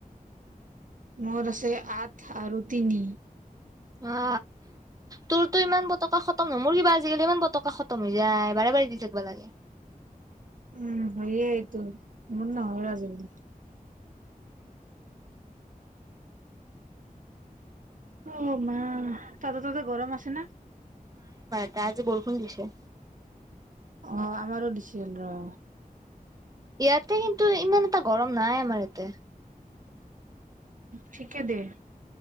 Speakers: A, on the right; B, on the right.
A: মোৰ আছে আঠ আৰু তিনি
B: অ তোৰতো ইমান পতুককে খতম নহয় মোৰ কি তো আজিকালি ইমান পতকা খতম হৈ যায় বাৰে বাৰে দি থাকিবা লাগে
A: উম হয়ে এইটো মোৰ নহয় আজি কালি। অ মা অ তাতে ততে গৰম আছে ন
B: ত আজি বৰষুণ দিছে
A: অ আমাৰো দিচেল ৰ।
B: ইয়াতে কিন্তু ইমান এটা গৰম নাই আমাৰ ইয়াতে
A: ঠিকে দে